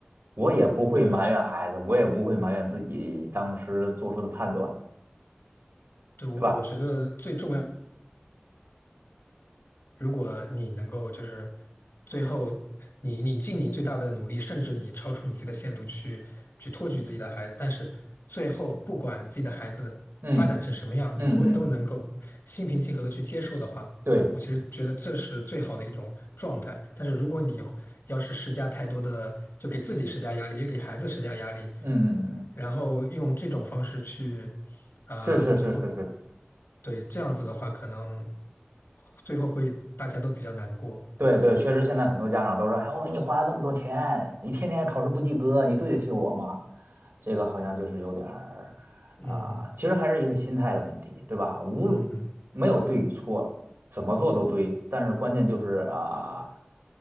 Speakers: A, on the right (about 75°); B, on the left (about 85°).
A: 我也不会埋怨孩子，
B: 对，
A: 我也不会埋怨自己当时做出的判断，
B: 对，我我觉得最重要。
A: 对吧？
B: 如果你能够就是最后你你尽你最大的努力，甚至你超出你自己的限度去去托举自己的孩子，但是最后不管自己的孩子发展成什么样，
A: 嗯嗯嗯，
B: 你如果都能够心平气和的去接受的话，
A: 对，
B: 我其实觉得这是最好的一种状态。但是如果你要是施加太多的，就给自己施加压力，也给孩子施加压力，
A: 嗯嗯嗯，嗯
B: 然后用这种方式去啊、
A: 是是是是是。
B: 最后对这样子的话，可能最后会大家都比较难过。
A: 对对，确实现在很多家长都说，哎，我给你花了这么多钱，你天天考试不及格，你对得起我吗？这个好像就是有点儿啊、
B: 嗯
A: 其实还是一个心态的问题，对吧？无论没有对与错，
B: 嗯
A: 怎么做都对，但是关键就是啊、